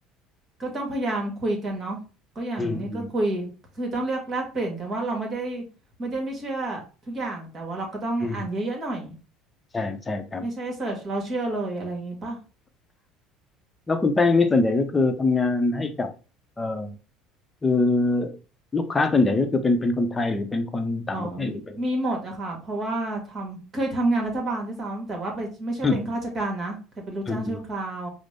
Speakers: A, on the right (about 40°); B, on the left (about 20°).
A: ก็ต้องพยายามคุยกันเนาะก็อย่างนี้ก็คุยคือต้องเรียกแลกเปลี่ยนกันว่าเราไม่ได้
B: อืมอืม
A: ไม่ได้ไม่เชื่อทุกอย่างแต่ว่าเราก็ต้องอ่านเยอะๆหน่อย
B: อืมใช่ใช่ครับ
A: ไม่ใช่เสิร์ชเราเชื่อเลยอะไรอย่างงี้ป่ะ
B: แล้วคุณแป้งนี่ส่วนใหญ่ก็คือทำงานให้กับเอ่อ คือลูกค้าส่วนใหญ่ก็คือเป็นเป็นคนไทยหรือเป็นคนต่างประเทศหรือเป็น
A: อ๋อมีมีหมดอะค่ะเพราะว่าทำเคยทำงานรัฐบาลด้วยซ้ำแต่ว่าไปไม่ใช่เป็นข้าราชการนะเคยเป็นลูกจ้างชั่วคราว
B: อืมอืมอืมอืม